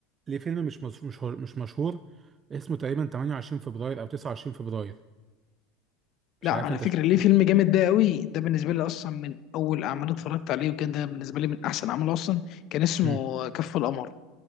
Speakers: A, on the right; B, on the left.
A: ليه فيلم مش مشهور مش هو- مش مشهور اسمه تقريبا 28 فبراير او 29 فبراير مش
B: لا على
A: عارف انت
B: فكرة
A: شفته
B: ليه فيلم جامد ده قوي ده بالنسبة لي أصلا من أول أعمال اتفرجت عليه وكان ده بالنسبة لي من أحسن أعمال أصلا كان اسمه
A: امم
B: كف القمر